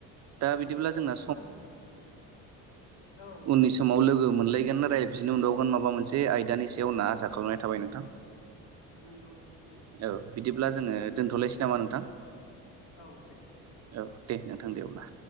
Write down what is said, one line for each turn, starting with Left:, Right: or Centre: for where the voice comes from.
Right: दा बिदिब्ला
Left: ओ
Right: जोंना
Left: होमबा औ नंगौ
Right: उननि
Left: नोंथां
Right: समाव
Left: दे
Right: लोगो मोनलायगोन राय जिनाव <unintelligible> माबा मोनसे आयदानि सायाव होनना आसा खालामनाय थाबाय नोंथां
Left: नंगौ नंगौ। नोंथां
Right: औ बिदिब्ला जोङो
Left: औ
Right: दोनथ'लायसै नामा नोंथां।
Left: औ दे नोंथां
Right: औ दे नोंथां दे अब्ला